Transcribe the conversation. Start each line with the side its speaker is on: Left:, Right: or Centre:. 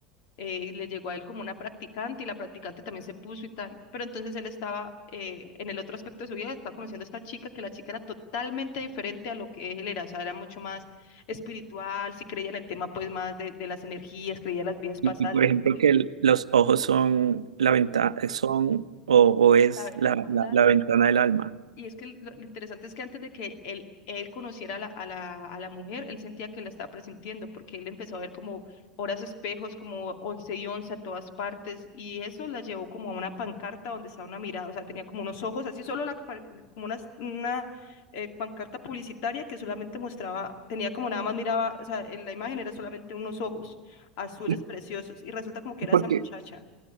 Left: eh, y le llegó a él como una practicante y la practicante también se puso y tal, pero entonces él estaba eh, en el otro aspecto de su vida, estaba conociendo a esta chica, que la chica era totalmente diferente a lo que él era, o sea, era mucho más espiritual, sí creía en el tema pues más de, de las energías, creía en las vidas pasadas,
Right: Y, y, por
Left: le
Right: ejemplo,
Left: dije,
Right: que el- los ojos son la ventana, son o, o es
Left: "¿Sabe?
Right: la,
Left: La puerta
Right: la- la ventana del alma.
Left: Y es que lo, lo interesante es que antes de que él, él conociera a la, a la, a la mujer, él sentía que la estaba presintiendo, porque él empezó a ver como horas espejos, como once y once a todas partes, y eso la llevó como a una pancarta donde estaba una mirada, o sea, tenía como unos ojos, así solo la, pa- como una, una eh, pancarta publicitaria que solamente mostraba, tenía como nada más miraba, o sea, en la imagen era solamente unos ojos azules
Right: ¿Y
Left: preciosos, y resulta como que
Right: y
Left: era
Right: por
Left: esa
Right: qué,
Left: muchacha.